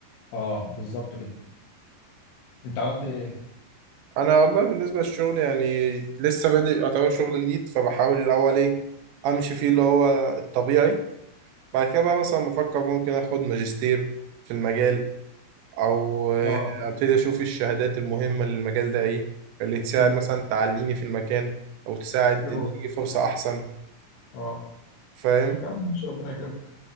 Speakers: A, on the left; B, on the right.
A: اه بالظبط كده انت عملت ايه؟
B: انا والله بالنسبه للشغل يعني لسه بادئ يعتبر شغل جديد فبحاول الاول ايه امشي فيه اللي هو الطبيعي بعد كده بقى مثلا بفكر ممكن اخد ماجستير في المجال او آه،
A: اه
B: ابتدي اشوف الشهادات المهمه للمجال ده ايه اللي تساعد
A: امم
B: مثلا تعليني في المكان او تساعد
A: حلو
B: ان
A: والله
B: يجي فرصه احسن
A: اه
B: فاهم
A: يا عم ماشي ربنا يكرمك